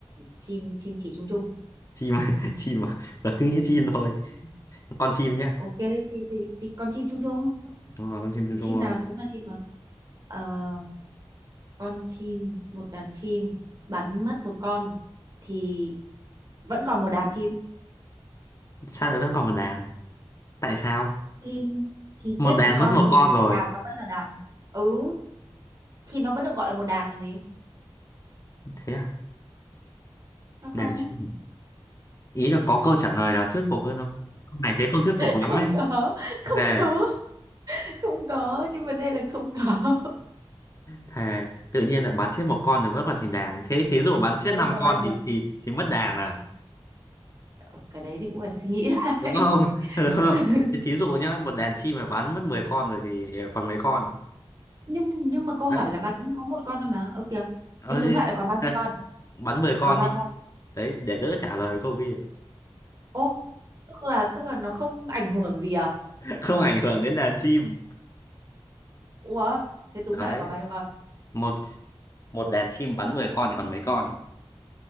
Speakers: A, on the right; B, on the left.
A: chim chim chỉ chung chung
B: chim <laughs> chim à giờ cứ nghĩ chim thôi con chim nhá
A: ok thì, thì, thì con chim chung chung
B: đúng rồi con chim chung chung
A: chim
B: rồi
A: nào thì cũng là chim mà Ờ, con chim một đàn chim bắn mất một con thì vẫn còn một đàn chim
B: sao lại vẫn còn một đàn tại sao
A: thì thì
B: một
A: chết
B: đàn
A: một con
B: mất một
A: thì
B: con rồi
A: đàn nó vẫn là đàn ừ thì nó vẫn được gọi là một đàn còn gì
B: thế à
A: sao không
B: đàn chim ý là có câu trả lời nào thuyết phục hơn không Ông này thế không thuyết phục
A: không
B: lắm ấy
A: có không
B: thề
A: có không có nhưng vấn đề là không có
B: thề tự nhiên lại bắn chết một con rồi vẫn còn thành đàn thế thí dụ bắn chết
A: Thế
B: năm
A: là còn
B: con
A: bao nhiêu?
B: thì thì thì mất đàn à
A: Ờ, cái đấy thì cũng phải suy nghĩ lại
B: đúng không <laughs> đúng không
A: <laughs>
B: thế thí dụ nhá một đàn chim mà bắn mất 10 con rồi thì còn mấy con
A: Nhưng nhưng mà câu
B: đấy
A: hỏi là bắn có một con thôi mà. Ơ kìa.
B: ờ,
A: Thế túm
B: thế,
A: lại là còn ba
B: thế,
A: con con?
B: bắn 10 con
A: Còn ba
B: đi
A: con.
B: đấy để đỡ trả lời câu kia
A: Ô, tức là tức là nó không ảnh hưởng gì à?
B: không ảnh hưởng đến đàn chim
A: Ủa, thế túm
B: đấy
A: lại còn bao nhiêu con?
B: một một đàn chim bắn 10 con thì còn mấy con